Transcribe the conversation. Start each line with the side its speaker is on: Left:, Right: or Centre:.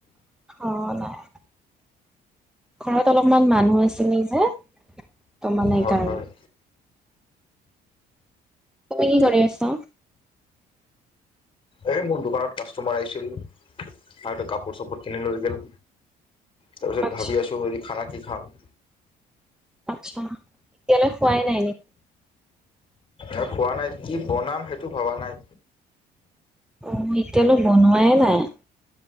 Centre: অ' নাই। ঘৰত অলপমান মানুহ আছিলে যে। ত মানে সেইকাৰণে
Left: হয়, হয়।
Centre: তুমি কি কৰি আছা?
Left: এই মোৰ দোকানত কাষ্টমাৰ আহিছিল। আৰুতে কাপোৰ চাপোৰ কিনি লৈ গিল। তাৰ পিছত
Centre: আচ্ছা
Left: ভাবি আছোঁ। যদি খানা কি খাম।
Centre: আচ্ছা, এতিয়ালৈ খোৱাই নাই নেকি?
Left: এই খোৱা নাই, কি বনাম সেইটো ভবা নাই।
Centre: অ' এতিয়ালৈ বনোৱাইে নাই।